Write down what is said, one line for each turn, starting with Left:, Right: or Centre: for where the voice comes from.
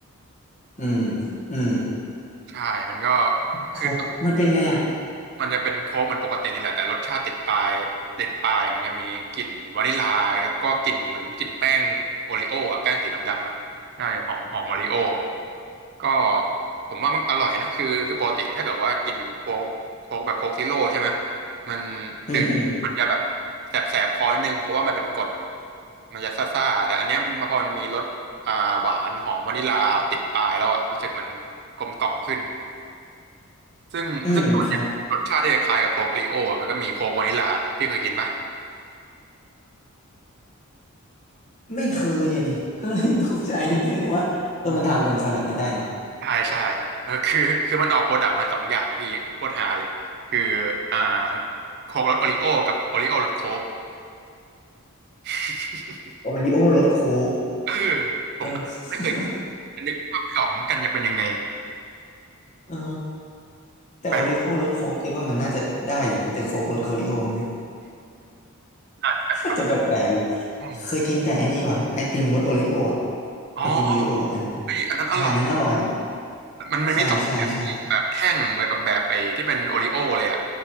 Left: อืมอืม
Right: ใช่มันก็
Left: โค้กมันเป็นไงอ่ะ
Right: คือมันจะเป็นโค้กเหมือนปกตินี่แหละแต่รสชาติติดปลายติดปลายมันจะมีกลิ่นวานิลลาแล้วก็กลิ่นเหมือนกลิ่นแป้งโอริโอ้อะแป้งสีดำๆอ่ะใช่หอมหอมโอริโอก็ผมว่ามันอร่อยนะคือคือปกติถ้าเกิดว่ากินโค้กโค้กแบบโค้กซีโร่ใช่ไหมมัน
Left: อืมอืม
Right: ดื่มมันจะแบบแสบแสบคอนิดนึงเพราะว่ามันเป็นกรดมันจะซ่าๆแต่อันเนี้ยมันพอมันมีรสอ่าหวานหอมวานิลลาติดปลายแล้วอ่ะรู้สึกมันกลมกล่อมขึ้น ซึ่งซึ่งตัวเนี้ยรสชาติที่คล้ายกับโค้กโอรีโออะมันก็มีโค้กวานิลาพี่เคยกินปะ
Left: อืมครับไม่เคยอะดิก็เลยตกใจนิดนึงว่าเออมันทำกันคอลแลบกันได้เนาะ
Right: อืมใช่ใช่เออคือคือมันออกโปรดักต์มาสองอย่างพี่โคตรฮาเลยคืออ่าโค้กรสโอริโอกับโอริโอรสโค้ก <laughs>
Left: โอริโอรสโค้ก
Right: เออผมไม่เคยกิน
Left: เออ
Right: นึกภาพไม่ออกเหมือนกันจะเป็นยังไง
Left: <laughs> อ๋อ แต่โอริโอ้รสโค้กคิดว่ามันน่าจะได้อยู่นะแต่โค้กรสโอริโอมันก็
Right: แปลกน่าจะแปลกไป
Left: <laughs> จะแปลกๆอยู่
Right: อม
Left: เคยกินแต่ไอ้นี่ว่ะไอติมรสโอริโออ่ะ
Right: อ๋อ
Left: ไอติมโอริโออะอันนั้น
Right: เฮ้ยอันนั้นอร่อย
Left: ใช่อันนั้นอร่อย
Right: มันมันมีสองแบบพี่แบบแท่งแบบแบบไอ้ที่เป็นโอริโอเลยอะ
Left: ใช่ใช่ใช่